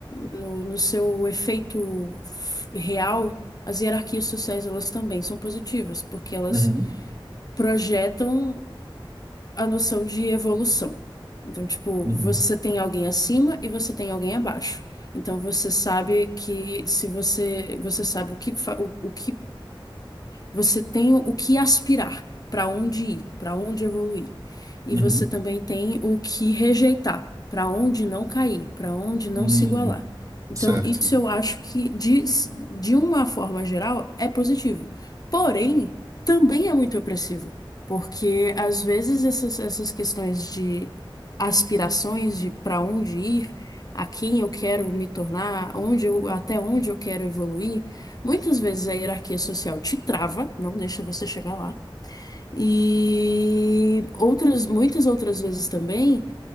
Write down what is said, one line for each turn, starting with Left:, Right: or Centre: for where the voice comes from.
Left: no, no seu efeito f- real, as hierarquias sociais elas também são positivas porque elas
Right: Uhum,
Left: projetam a noção de evolução. Então, tipo,
Right: uhum,
Left: você tem alguém acima e você tem alguém abaixo. Então, você sabe que se você, você sabe o que, fa- o, o que você tem o que aspirar, para onde ir, para onde evoluir. E
Right: uhum,
Left: você também tem o que rejeitar, para onde não cair, para onde não
Right: uhum,
Left: se igualar. Então,
Right: certo.
Left: isso eu acho que, de, de uma forma geral, é positivo. Porém, também é muito opressivo, porque às vezes essas, essas questões de aspirações, de para onde ir, a quem eu quero me tornar, onde eu, até onde eu quero evoluir. Muitas vezes a hierarquia social te trava, não deixa você chegar lá. E outras, muitas outras vezes também.